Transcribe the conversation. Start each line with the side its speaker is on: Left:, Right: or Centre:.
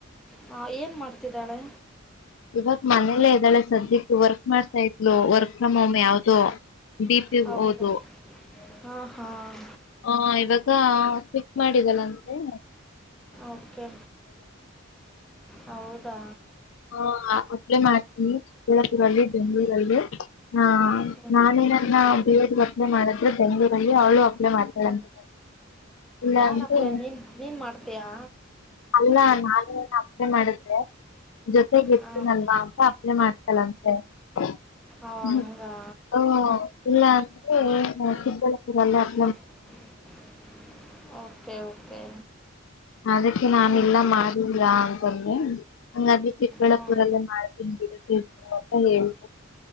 Centre: ಹಾ ಏನ್ ಮಾಡ್ತಿದ್ದಾಳೆ
Left: ಇವಾಗ್ ಮನೇಲ್ಲೇ ಇದ್ದಾಳೆ ಸದ್ಯಕ್ಕೆ ವರ್ಕ್ ಮಾಡ್ತಾ ಇದ್ಲು ವರ್ಕ್ ಫ್ರಮ್ ಹೋಮ್ ಯಾವ್ದೋ ಡಿ ಪಿ
Centre: ಹೌದು
Left: ಹಓದು
Centre: ಹಾಂ ಹಾಂ
Left: ಆ ಇವಾಗ ಕಿಕ್ ಮಾಡಿದಲ್ಲ ಹ
Centre: ಓಕೆ ಹೌದಾ
Left: ಹ ಅಪ್ಲೈ ಮಾಡ್ತೀನವಿ ಕಳ್ಳಾಪುರಲ್ಲಿ ಬೆಂ್ಗಳೂರಲ್ಲಿ ಹಾ
Centre: ಹ್ಞೂ
Left: ನಾನೇನನ್ನ ಬದ <unintelligible> ಬಲೆ ಮಾಡಿದ್ರೆ ಚಂಗೂ ಬಲ್ಲಿಿ ಅವಳು ಅಪ್ಲೈ ಮಾತಾಡಂತ ಇಲ್ಲ
Centre: ಯಾರು
Left: ಅಂದ್ರೆ
Centre: ಅಪ್ಲೆ ನೀನು ನೀನು ಮಾಡ್ತೀಯಾ
Left: ಅಲ್ಲ ನಾನು ದೆ ಮಾಡುತ್ತೆ ಜೊತೆಗಿರ್
Centre: ಹಾಂ
Left: ತಿನ್ನಲ್ವಾ ಅದಕ್ಕೆ ಅಪ್ಲೈ ಮಾಡಿದೆ ಅಂತೆ ಅಂ
Centre: ಓ ಹಂಗಾ
Left: ಅಂಅಃ ಇಲ್ಲಾಂದ್ರೆ ನೋಡುತ್ತಿದ್ದೆ ವನ್ನೇಪ್
Centre: <unintelligible> ಓಕೆ ಓಕೆ
Left: ಅದಕ್ಕೆ ನಾನ
Centre: ಹ್ಞೂ
Left: ಎಲ್ಲ ಮಾಡಿಲ್ಲಾ ಅಂತಂದೆ ಹಂಗಾದ್ರೆ ಚಿಕ್ಕಬಳ್ಳಾಪುರಲ್ಲೇ
Centre: ಹ್ಞೂ
Left: ಮಾಡ್ತೀನಿ ಬಿಡು ತಿಳ್ಕೊ ಅಂತ ಹೇಳ್ದೃ